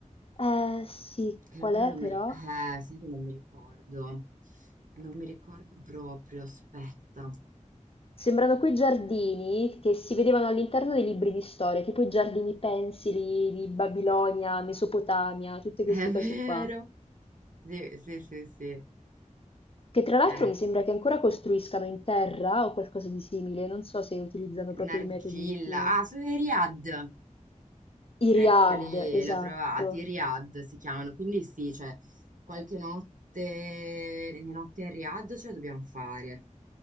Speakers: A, on the left; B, on the right.
A: Eh sì,
B: Che
A: qual
B: però
A: è
B: non mi...
A: però?
B: ri- Eh, sai che non mi ricordo. Non mi ricordo proprio, aspetta.
A: Sembrano quei giardini che si vedevano all'interno dei libri di storia, tipo i giardini pensili di Babilonia, Mesopotamia, tutte
B: È
A: queste
B: vero.
A: cose qua.
B: Sì, sì, sì, sì.
A: Che tra l'altro
B: Eh,
A: mi sembra che ancora costruiscano in terra o qualcosa di simile, non so se utilizzano
B: Nargilla.
A: proprio i metodi più...
B: Ah, sono i Riad.
A: I riad,
B: Eccoli,
A: esatto.
B: li ho trovati. Riad si chiamano. Quindi sì, cioè, qualche notte, le notti a Riad ce la dobbiamo fare.